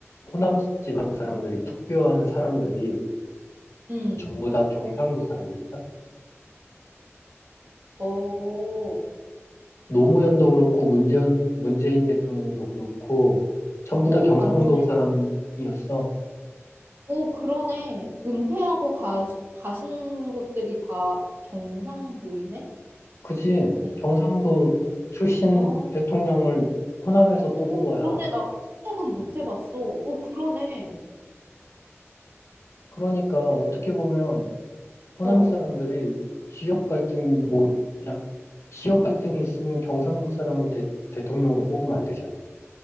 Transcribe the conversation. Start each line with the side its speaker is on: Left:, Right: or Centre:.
Left: 호남 지방 사람들이 투표한 사람들이
Right: 음.
Left: 전부 다 경상도 사람들이다.
Right: 어,
Left: 노무현도 그렇고 문재인 문재인 대통령도 그렇고 전부
Right: 오,
Left: 다 경상도
Right: 맞네.
Left: 사람이었어.
Right: 오, 그러네. 은퇴하고 가, 가신 곳들이 다 경상도이네?
Left: 그지?
Right: 경상
Left: 경상도 출신
Right: 어,
Left: 대통령을 호남에서 뽑은
Right: 오,
Left: 거야.
Right: 그러네. 나 그 생각은 못 해봤어. 오, 그러네.
Left: 그러니까 어떻게 보면 호남
Right: 어,
Left: 사람들이 지역 갈등 뭐 야, 지역 갈등이 있으면 경상도 사람을 대, 대통령으로 뽑으면 안 되잖아.